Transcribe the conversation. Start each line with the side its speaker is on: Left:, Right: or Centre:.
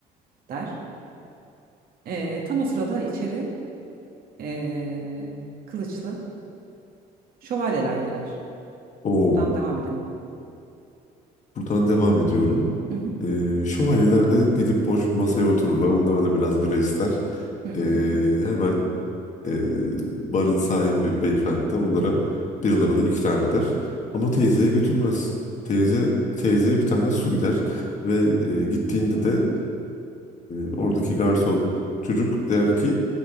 Right: der. Ee, tam o sırada içeri e, kılıçlı şövalyeler girer.
Left: O
Right: Buradan devam edelim.
Left: buradan devam ediyorum.
Right: Hı hı.
Left: E, şövalyeler de gidip boş bir masaya otururlar. Onlar da biraz bira ister.
Right: Hı hı
Left: E,
Right: hı hı.
Left: hemen e, barın sahibi beyefendi de onlara biralarını ikram eder. Ama teyzeye götürmez. Teyze teyzeye bir tane su gider ve e, gittiğinde de e, oradaki garson çocuk der ki